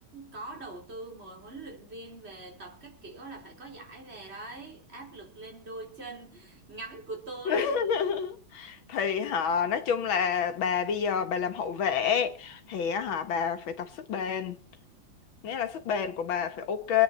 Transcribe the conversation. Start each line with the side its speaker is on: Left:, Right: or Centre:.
Right: có đầu tư mời huấn luyện viên về tập các kiểu là phải có giải về đấy áp lực lên đôi chân ngắn của tôi
Left: <laughs> thì họ nói chung là bà bây giờ bà làm hậu vệ thì họ bà phải tập sức bền nghĩa là sức bền của bà phải ok